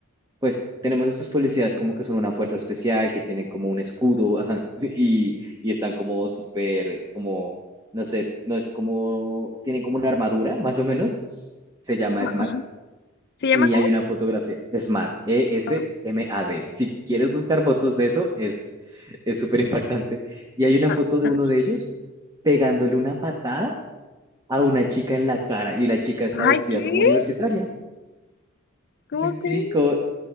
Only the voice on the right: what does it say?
pues tenemos estos policías como que son una fuerza especial, que tienen como un escudo <laughs> ajá, y, y están como súper, como, no sé, no es como, tienen como una armadura, más o menos, se llama
SMAD.
Y
hay una fotografía, SMAD, E-S-M-A-D.
Si quieres
buscar fotos de eso, es es súper impactante. Y hay
una
foto de
uno
de ellos pegándole una patada a una chica en la cara y la chica está vestida
como universitaria.
Sí, sí,
co-